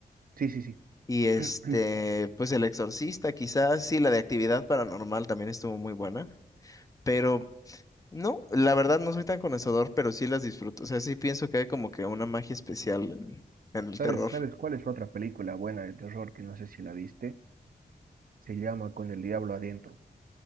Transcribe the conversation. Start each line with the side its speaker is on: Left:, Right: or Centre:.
Right: sí, sí, sí.
Left: Y este...
Right: <clears throat>
Left: Pues El Exorcista, quizás. Sí, la de Actividad Paranormal también estuvo muy buena. Pero No, la verdad no soy tan conocedor, pero sí las disfruto. O sea, sí pienso que hay como que una magia especial en, en el
Right: ¿Sabes,
Left: terror.
Right: sabes cuál es otra película buena de terror que no sé si la viste? Se llama Con el diablo adentro.